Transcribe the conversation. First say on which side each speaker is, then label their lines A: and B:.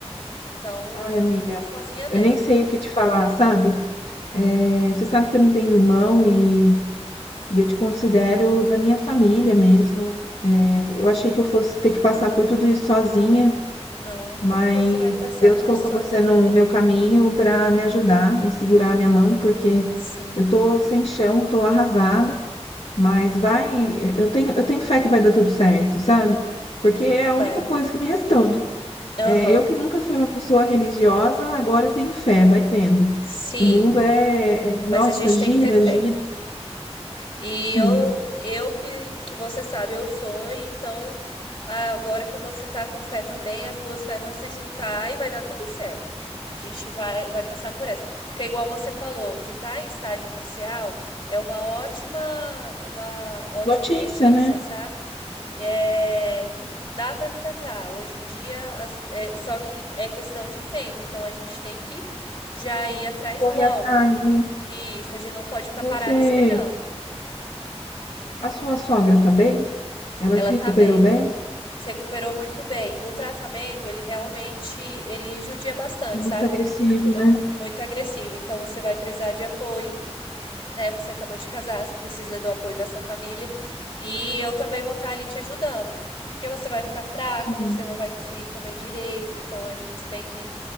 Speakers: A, on the left; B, on the left.
A: Então
B: Ai,
A: você
B: amiga,
A: não tá sozinha nessa.
B: eu nem sei o que te falar, sabe? É, você sabe que eu não tenho irmão e, e eu te considero da minha família mesmo. É, eu achei que eu fosse ter que passar por tudo isso sozinha,
A: Nunca
B: mas
A: que você vai passar
B: Deus
A: por
B: colocou
A: isso sozinha.
B: você no meu caminho para me ajudar e segurar a minha mão, porque
A: Sim,
B: eu tô sem chão, tô arrasada, mas vai, eu tenho, eu tenho fé que vai dar tudo certo, sabe? Porque é a
A: vai.
B: única coisa que me restou, né?
A: Aham.
B: É, eu que nunca fui uma pessoa religiosa, agora eu tenho fé, vai vendo.
A: Sim,
B: O mundo é, é- nossa,
A: mas a gente
B: gira,
A: tem que ter fé.
B: gira.
A: E
B: Sim.
A: eu, eu que, que você sabe, eu sou, e então ah, agora que você tá com fé também, as duas fés vão se juntar e vai dar tudo certo. A gente vai, vai passar por essa. Porque igual você falou, de estar em estágio inicial é uma ótima, uma ótima
B: Notícia,
A: notícia,
B: né?
A: sabe? é, que dá para tratar. Hoje em dia, as- é, só que é questão de tempo, então a gente tem que já ir atrás
B: Correr
A: logo.
B: atrás, né?
A: Isso, a gente não pode ficar
B: Você,
A: parado esperando.
B: a sua sogra tá bem? Ela
A: Ela
B: se recuperou
A: tá bem,
B: bem?
A: se recuperou muito bem. O tratamento, ele realmente, ele judia bastante,
B: Muito
A: sabe?
B: agressivo,
A: Então,
B: né?
A: muito agressivo. Então, você vai precisar de apoio. né? Você acabou de casar, você precisa do apoio da sua família e eu também vou estar ali te ajudando. Porque você vai ficar fraca,
B: Sim.
A: você não vai conseguir comer direito, então a gente- você tem que